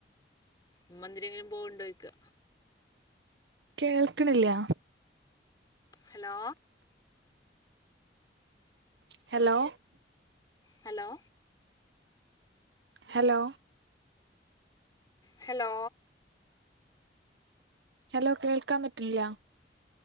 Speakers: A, on the left; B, on the right.
A: ഉമ്മന്തെങ്കിലും പോവണ്ടോയിക്ക.
B: കേൾക്ക്ണില്ല.
A: Hello
B: hello
A: hello
B: hello
A: hello
B: hello കേൾക്കാൻ പറ്റില്ലാ